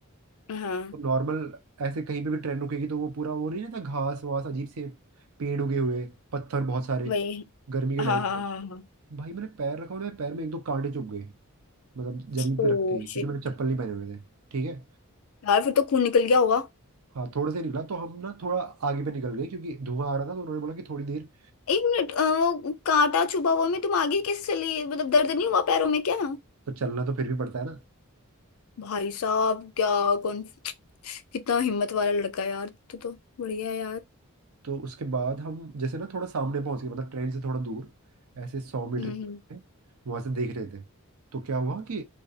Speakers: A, on the left; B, on the right.
A: हाँ हाँ
B: तो नॉर्मल ऐसे कहीं पे भी ट्रेन रुकेगी तो वो पूरा वो नहीं रहता घास वास अजीब से पेड़ उगे हुए पत्थर बहुत सारे
A: वही
B: गर्मी के
A: हाँ
B: टाइम
A: हाँ
B: पे
A: हाँ हाँ
B: भाई मैंने पैर रखा और मेरे पैर में एक दो कांटे चुभ गए मतलब जमीन
A: Oh
B: पे रखते ही क्योंकि
A: shit
B: मैंने चप्पल नहीं पहने हुए थे ठीक है
A: यार फिर तो खून निकल गया होगा
B: हाँ थोड़े से निकला तो हम ना थोड़ा आगे पे निकल गए क्योंकि धुआं आ रहा था तो उन्होंने बोला कि थोड़ी देर
A: एक मिनट अ, वो कांटा चुभा हुआ में तुम आगे कैसे चली मतलब दर्द नहीं हुआ पैरों में क्या
B: तो चलना तो फिर भी पड़ता है ना
A: भाई साहब क्या कौन कितना हिम्मत वाला लड़का है यार तो तो बढ़िया है यार
B: तो उसके बाद हम जैसे ना थोड़ा सामने पहुंच गए मतलब ट्रेन से थोड़ा दूर ऐसे सौ मीटर
A: हम्म
B: की दूरी
A: हम्म।
B: पे वहां से देख रहे थे तो क्या हुआ कि